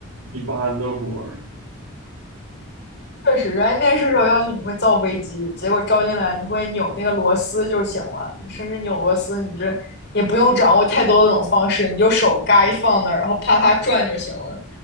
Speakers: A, on the right; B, on the left.
A: 一般的活儿
B: 确实，人家面试时候要求你会造飞机，结果招进来你会扭那个螺丝就行了，你甚至扭螺丝，你就，也不用掌握太多的这种方式，你就手嘎一放那儿，然后啪啪转就行了，